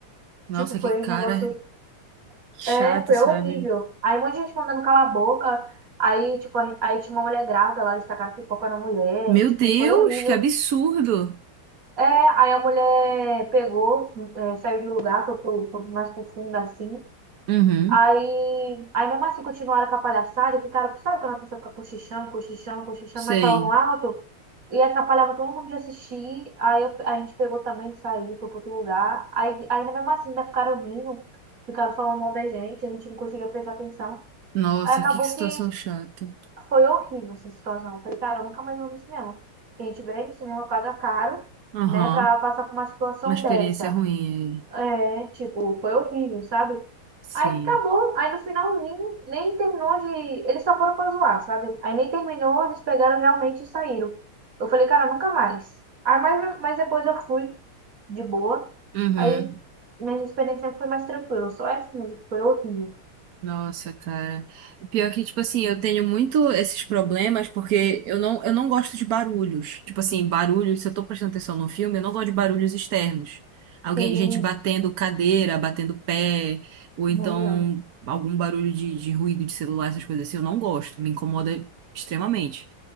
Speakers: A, on the right (about 60°); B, on the right (about 40°).
A: nossa,
B: Tipo, foi
A: que cara
B: um negócio
A: chato,
B: é, foi
A: sabe?
B: horrível. Aí um monte de gente mandando calar a boca. Aí, tipo, a- aí tinha uma mulher grávida lá, destacaram que pipoca era mulher.
A: Meu
B: Tipo,
A: Deus,
B: foi horrível.
A: que absurdo.
B: É, aí a mulher pegou, é, saiu de lugar, foi, pro, foi mais pro fundo, assim.
A: Uhum.
B: Aí, aí mesmo assim continuaram com a palhaçada e ficaram, sabe quando a pessoa fica cochichando, cochichando, cochichando,
A: Sei.
B: mas falando alto? E atrapalhava todo mundo de assistir. Aí eu- a gente pegou também, saiu, foi pro outro lugar. Aí, ainda mesmo assim ainda ficaram rindo, ficaram falando mal da gente, a gente não conseguia prestar atenção.
A: Nossa,
B: Aí acabou
A: que situação
B: que
A: chata.
B: foi horrível essa situação. Eu falei, cara, eu nunca mais vou no cinema. a gente vem no cinema, paga caro,
A: Aham.
B: né, pra passar por uma situação
A: Uma experiência
B: dessa.
A: ruim aí.
B: É, tipo, foi horrível, sabe?
A: Sim.
B: Aí acabou, aí no finalzinho nem terminou de. Eles só foram pra zoar, sabe? Aí nem terminou, eles pegaram realmente e saíram. Eu falei, cara, nunca mais. Aí, mas, mas depois eu fui de boa.
A: Uhum.
B: Aí minha experiência foi mais tranquila. Só essa mesmo, que foi horrível.
A: Nossa, cara. E Pior que, tipo assim, eu tenho muito esses problemas porque eu não, eu não gosto de barulhos. Tipo assim, barulhos, se eu tô prestando atenção no filme, eu não gosto de barulhos externos. Alguém,
B: Sim,
A: gente batendo cadeira, batendo pé, ou então
B: nem eu.
A: algum barulho de, de ruído de celular, essas coisas assim, eu não gosto, me incomoda extremamente.